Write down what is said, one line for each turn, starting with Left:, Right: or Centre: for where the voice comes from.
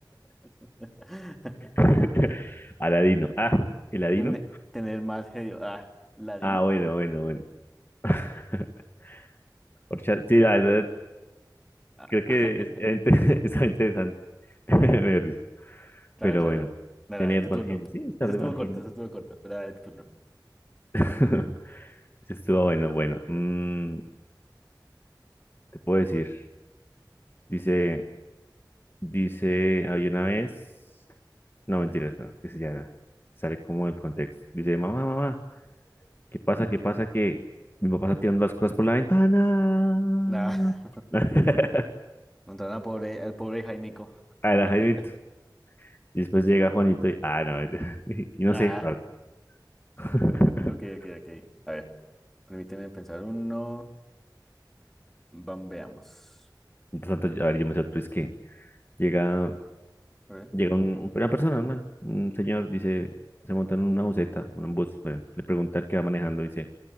Centre: <laughs>
Left: <laughs> Aladino. Ah, ¿el Aladino?
Centre: Ten- tener mal genio. Ah, ladino.
Left: Ah, bueno, bueno, bueno. <laughs> Orcha- sí, la verdad,
Centre: Ah.
Left: creo que
Centre: <laughs>
Left: es, <laughs> ente- está interesante. <laughs> Me dio risa.
Centre: Claro,
Left: Pero
Centre: claro.
Left: bueno,
Centre: Dale,
Left: tener
Centre: dale, tu
Left: mal
Centre: turno.
Left: genio. Sí, estar
Centre: Ese
Left: de
Centre: estuvo
Left: mal
Centre: corto,
Left: genio.
Centre: ese estuvo corto. Pero dale, tu turno.
Left: <laughs> Eso estuvo bueno. Bueno, mm, te puedo decir. Dice, dice, había una vez. No, mentiras, no, que se ya sale como el contexto. Dice, mamá, mamá, ¿qué pasa? ¿Qué pasa? Que mi papá está tirando las cosas por la ventana.
Centre: Ah,
Left: <laughs>
Centre: entonces, al pobre, al pobre Jaimico.
Left: A la
Centre: <laughs>
Left: Jaimito. Y después llega Juanito y, ah, no, <laughs> y no
Centre: Ah,
Left: sé. Ah. <laughs>
Centre: ok, ok, ok. A ver, permíteme pensar uno. bam, veamos.
Left: Mientras tanto, a ver, yo me sorprendí, es que llega,
Centre: A ver.
Left: llega un- un- una persona, un man, un señor, dice, se monta en una buseta, en un bus, bueno, le pregunta al que va manejando, dice,